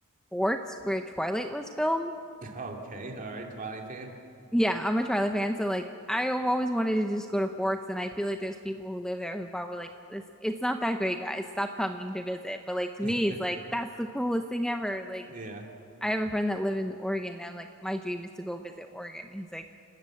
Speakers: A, in the centre; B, on the right.
A: Forks where Twilight was filmed.
B: <laughs> Okay, all right, Twilight fan.
A: Yeah, I'm a Twilight fan, so like I've always wanted to just go to Forks and I feel like there's people who live there who probably like this it's not that great, guys. Stop coming to visit. But like to
B: <laughs>
A: me it's like that's the coolest thing ever. Like
B: Yeah.
A: I have a friend that live in Oregon and I'm like my dream is to go visit Oregon and he's like